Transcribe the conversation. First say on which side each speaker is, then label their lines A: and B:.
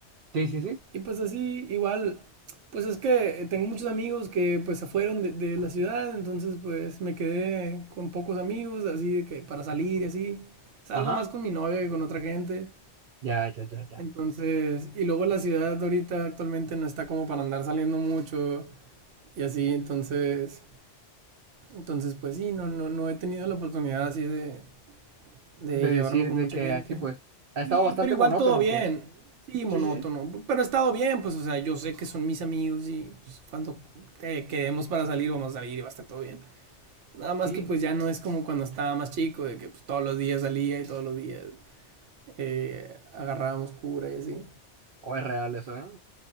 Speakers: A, on the right; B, on the right.
A: Sí, sí, sí.
B: Y pues así, igual, pues es que tengo muchos amigos que pues se fueron de, de la ciudad, entonces pues me quedé con pocos amigos, así de que para salir y así. Salgo
A: Ajá.
B: más con mi novia que con otra gente.
A: Ya, ya, ya, ya.
B: Entonces, y luego la ciudad ahorita actualmente no está como para andar saliendo mucho y así, entonces, entonces pues sí, no, no, no he tenido la oportunidad así de, de
A: De decir
B: llevarme con
A: de
B: mucha
A: que
B: gente.
A: así, pues, ha estado
B: Y,
A: bastante
B: pero igual
A: monótono,
B: todo bien.
A: pues.
B: Sí, monótono.
A: Sí, sí, sí.
B: Pero he estado bien, pues, o sea, yo sé que son mis amigos y pues, cuando eh, quedemos para salir, vamos a salir y va a estar todo bien. Nada más
A: Sí,
B: que pues ya no es como cuando estaba más chico, de que pues, todos los días salía y todos los días eh, agarrábamos cura y así.
A: o es real eso, ¿eh?